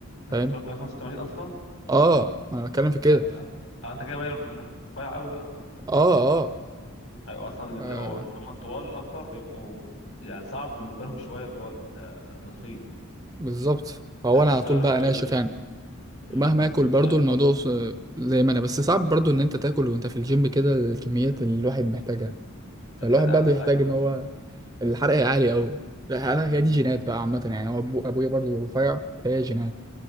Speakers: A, on the left; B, on the right.
A: أنت
B: فاهم
A: طولك 185 أصلا
B: اه انا بتكلم في كده
A: ده ده- آه، أنت كده باين إنك رفيع قوي بقى
B: اه اه,
A: أيوة أصلا اللي
B: آه
A: هو- اللي هم الطوال أكتر بيبقوا يعني صعب بالنسبة لهم شوية اللي هو التضخيم
B: بالظبط هو
A: القصيرين
B: انا على طول بقى
A: بيبان
B: ناشف
A: فيه
B: يعني ومهما
A: امم
B: اكل
A: القصير
B: برضو الموضوع ص- زي ما انا بس صعب برضو ان انت تاكل وانت في الجيم كده الكميات اللي الواحد محتاجها فالواحد
A: الحرق عندك
B: بقى بيحتاج
A: عالي برضه
B: ان هو الحرق عالي قوي لا انا
A: امم
B: هي دي جينات بقى عامه يعني هو أبو ابويا برضو رفيع فهي جينات